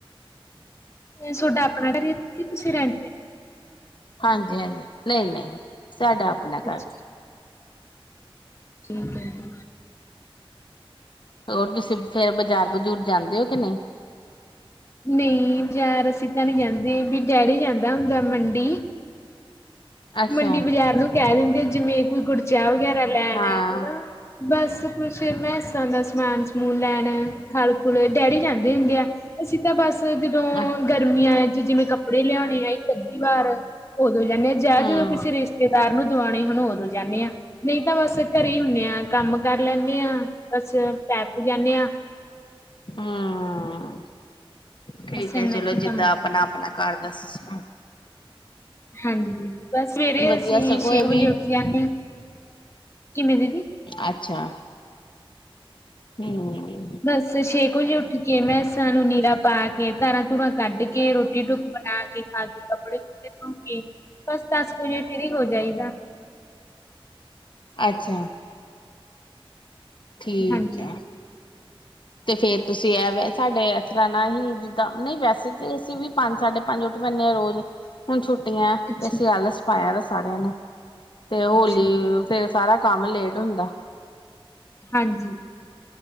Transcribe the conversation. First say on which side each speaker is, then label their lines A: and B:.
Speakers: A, on the left (about 30°); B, on the left (about 55°).
A: ਏ ਸੋਡਾ ਆਪਣਾ ਘਰ ਹੈ, ਯਾ ਤੁਸੀਂ ਰੈਂਟ ਤੇ
B: ਹਾਂਜੀ-ਹਾਂਜੀ, ਨਈ-ਨਈ, ਸਾਡਾ ਆਪਣਾ ਘਰ।
A: ਅੱਛਾ। ਠੀਕ ਹੈ ਜੀ।
B: ਹੋਰ ਤੁਸੀਂ ਫੇਰ ਬਜ਼ਾਰ ਬਜੂਰ ਜਾਂਦੇ ਔ, ਕਿ ਨਈ?
A: ਨਈ ਯਾਰ, ਅਸੀਂ ਤਾਂ ਨੀ ਜਾਂਦੇ, ਵੀ ਡੈਰੀ ਜਾਂਦਾ ਹੁੰਦਾ ਮੰਡੀ।
B: ਅੱਛਾ
A: ਮੰਡੀ ਬਾਜ਼ਾਰ ਨੂੰ ਕਹਿ ਦਿੰਦੇ ਜਿਵੇਂ ਕੋਈ ਗੁੜ ਚਾਹ ਵਗੈਰਾ ਲੈਣਾ
B: ਹਾਂ।
A: ਹਨਾ ਬਸ ਕੁਛ ਮੈਂਸਾ ਦਾ ਸਮਾਨ ਸਮੂਨ ਲੈਣਾ ਖਲ ਖੁਲ, ਡੈਡੀ ਜਾਂਦੇ। <unintelligible> ਹੁੰਦੇ ਆ ਅਸੀਂ ਤਾਂ ਬਸ ਜਦੋਂ
B: ਆਹ।
A: ਗਰਮੀਆਂ 'ਚ ਜਿਵੇਂ ਕੱਪੜੇ ਲਿਆਉਣੇ ਆਂ ਇੱਕ ਅੱਧੀ ਵਾਰ, ਉਦੋਂ ਜਾਂਨੇ ਆਂ ਜਾਂ।
B: ਹਮ
A: ਜਦੋਂ ਕਿਸ ਰਿਸ਼ਤੇ। ਘਰ ਨੂੰ ਦਵਾਉਣੇ ਹੁਣ ਹੋਰ ਹੋ ਜਾਂਨੇ ਹਾਂ। ਨਈ ਤਾਂ ਬਸ ਘਰੇ ਈ ਹੁੰਨੇ ਆ, ਕੰਮ ਕਰ ਲੈਂਨੇ ਆ, ਬਸ ਪੈ ਪੁ ਜਾਂਨੇ ਆ।
B: ਹਾਂ ਠੀਕ
A: ਬਸ ਇੰਨਾ
B: ਹੈ ਚਲੋ
A: ਕੀ
B: ਜਿੱਦਾਂ
A: ਕੰਮ ਕਰ
B: ਆਪਣਾ ਆਪਣਾ ਘਰ ਦਾ ਸਿਸਟਮ।
A: ਹਾਂਜੀ, ਦੀਦੀ ਬਸ ਸਵੇਰੇ
B: ਵਧੀਆ
A: ਅਸੀਂ
B: ਸਗੋਂ
A: ਛੇ
B: ਇਹ
A: ਕੁ
B: ਵੀ
A: ਵਜੇ ਉੱਠ। ਜਾਨੇ ਆਂ, ਕਿਵੇਂ ਦੀਦੀ
B: ਅੱਛਾ। ਨਹੀ ਹੋਣਗੇ।
A: ਬਸ ਛੇ ਕੁ ਵਜੇ ਉੱਠ ਕੇ, ਮੈਂ ਸਾਨੂੰ ਨੀਰਾ ਪਾਰਕ ਧਾਰਾਂ ਧਾਰਾਂ ਕੱਢ ਕੇ, ਰੋਟੀ ਟੁੱਕ ਬਣਾ ਕੇ, ਖਾ ਕੇ, ਕੱਪੜੇ ਕੁੱਪੜੇ ਧੋ ਕੇ ਬਸ ਦਸ ਕੁ ਜੇ ਫਰੀ ਹੋ ਜਾਈਦਾ।
B: ਅੱਛਾ। ਠੀਕ
A: ਹਾਂਜੀ
B: ਏ। ਤੇ ਫੇਰ ਤੁਸੀਂ ਐ ਸਾਡੇ ਇਸ ਤਰ੍ਹਾਂ ਨਾਲ ਹੀ ਜਿੱਦਾਂ ਨਹੀਂ ਵੈਸੇ ਤੇ ਅਸੀਂ ਵੀ ਪੰਜ ਸਾਡੇ ਪੰਜ ਉੱਠ, ਪੈਂਨੇ ਆ ਰੋਜ਼ ਹੁਣ ਛੁੱਟੀਐ, ਤੇ
A: ਅੱਛਾ
B: ਅਸੀ ਆਲਸ ਪਾਇਆ ਦਾ ਸਾਰਿਆਂ ਨੇ ਤੇ ਹੋਲੀ
A: ਅੱਛਾ
B: ਫੇਰ ਸਾਰਾ ਕੰਮ ਲੇਟ ਹੁੰਦਾ।
A: ਹਾਂਜੀ।